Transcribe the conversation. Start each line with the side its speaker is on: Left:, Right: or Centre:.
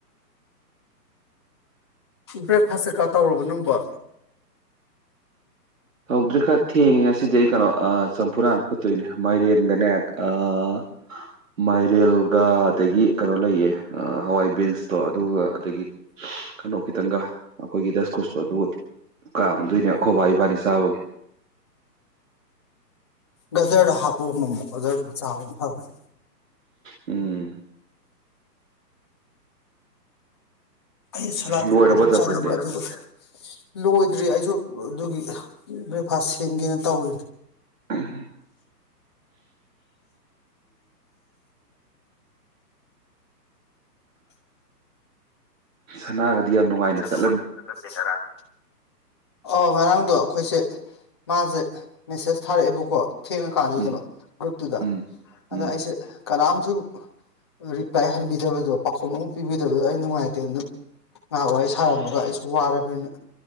Left: ꯕ꯭ꯔꯦꯛꯐꯥꯁ ꯀꯩꯀꯥ ꯇꯧꯔꯕꯣ ꯅꯪꯕꯣ
Right: ꯇꯧꯗ꯭ꯔꯤ ꯈꯔ ꯊꯦꯡꯉꯦ ꯉꯁꯤꯗꯤ ꯑꯩ ꯀꯩꯅꯣ ꯆꯝꯐꯨꯠ ꯍꯟꯅ ꯐꯨꯠꯇꯣꯏꯅꯦ ꯃꯥꯏꯔꯦꯟꯒꯅꯦ ꯑꯥ ꯃꯥꯏꯔꯦꯜꯒ ꯑꯗꯒꯤ ꯀꯩꯅꯣ ꯂꯩꯌꯦ ꯍꯋꯥꯏꯕꯤꯟꯁꯇꯣ ꯑꯗꯨꯒ ꯑꯗꯒꯤ ꯀꯩꯅꯣ ꯈꯤꯇꯪꯒ ꯑꯩꯈꯣꯏꯒꯤ ꯗꯁꯀꯨꯁꯇꯣ ꯑꯗꯨꯒ ꯀꯥꯝꯗꯣꯏꯅꯦ ꯑꯩꯈꯣꯢꯕꯥ ꯏꯕꯥꯅꯤ ꯆꯥꯕꯒꯤ
Left: ꯒꯖꯔꯗꯣ ꯍꯥꯞꯄꯨ ꯑꯃꯨ ꯃꯨꯛ ꯒꯖꯔꯗ ꯆꯥꯕꯗꯤ ꯐꯕꯅꯦ
Right: ꯎꯝ
Left: ꯑꯩ ꯁꯂꯥꯠꯀꯨꯝꯗꯤ
Right: ꯂꯣꯏꯔꯕ
Left: ꯑꯗꯨꯝ
Right: ꯇꯥꯇꯣꯟꯗꯤ
Left: ꯆꯥꯅꯤꯡꯕ ꯑꯗꯨꯒ ꯂꯣꯏꯗ꯭ꯔꯤ ꯑꯩꯁꯨ ꯑꯗꯨꯒꯤ ꯕ꯭ꯔꯦꯛꯐꯥꯁ ꯁꯦꯝꯒꯦꯅ ꯇꯧꯔꯤꯅꯦ
Right: ꯎꯝ ꯁꯅꯥꯒꯗꯤ ꯌꯥꯝ ꯅꯨꯡꯉꯥꯏꯅ ꯆꯠꯂ
Left: ꯆꯠꯂꯝ ꯃꯦ ꯉꯔꯥꯡ ꯑ ꯉꯔꯥꯡꯗꯣ ꯑꯩꯈꯣꯏꯁꯦ ꯃꯥꯁꯦ ꯃꯦꯁꯦꯁ ꯊꯥꯔꯛꯑꯦꯕꯀꯣ ꯊꯦꯡꯉ ꯀꯥꯟꯗꯨꯗꯕ
Right: ꯎꯝ
Left: ꯒ꯭ꯔꯨꯞꯇꯨꯗ
Right: ꯎꯝ
Left: ꯑꯗꯨꯗ
Right: ꯎꯝ
Left: ꯑꯩꯁꯦ ꯀꯅꯥꯝꯁꯨ ꯔꯤꯄ꯭ꯂꯥꯏ ꯍꯟꯕꯤꯗꯕꯗꯣ ꯄꯥꯎꯈꯨꯝ ꯑꯃ ꯄꯤꯕꯤꯗꯕꯗꯣ ꯑꯩ ꯅꯨꯡꯉꯥꯏꯇꯦ ꯑꯗꯨꯝ ꯉꯥꯏꯍꯥꯛ ꯋꯥꯔꯤ ꯁꯥꯔꯝꯃꯒ ꯑꯩꯁꯨ ꯨ ꯋꯥꯔꯥ ꯕꯅꯤꯅ